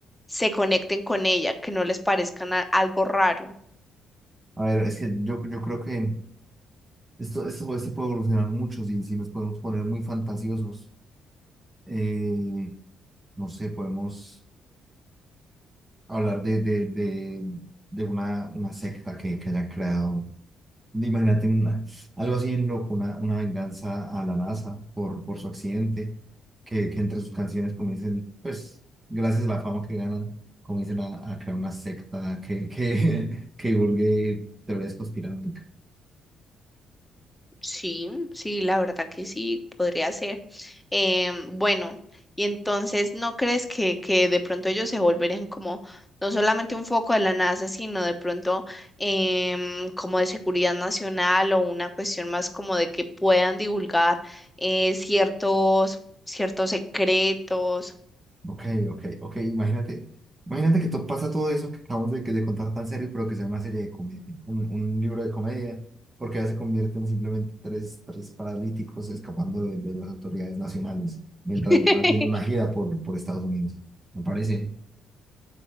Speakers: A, in the centre; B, on the right.
A: se conecten con ella, que no les parezca na- algo raro?
B: A ver, es que yo, yo creo que esto, esto, esto puede evolucionar mucho si, si nos podemos poner muy fantasiosos. Eh, no sé, podemos hablar de, de, de, de una, una secta que, que hayan creado. Imagínate una- algo así en loco, una, una venganza a la NASA por, por su accidente, que, que entre sus canciones comiencen, pues, gracias a la fama que ganan, comiencen a, a crear una secta que, que, <laughs> que divulgue teorías conspiranoicas.
A: Sí, sí, la verdad que sí, podría ser. Em, bueno, y entonces, ¿no crees que, que de pronto ellos se volverían como no solamente un foco de la NASA, sino de pronto em, como de seguridad nacional o una cuestión más como de que puedan divulgar eh, ciertos, ciertos secretos?
B: Ok, ok, ok, imagínate, imagínate que to- pasa todo eso que acabamos de, de contar tan serio, pero que sea una serie de comedia, un, un libro de comedia, porque ya se convierten simplemente tres, tres paralíticos escapando de, de las autoridades nacionales mientras
A: <laughs>
B: hacen una gira por, por Estados Unidos. Me parece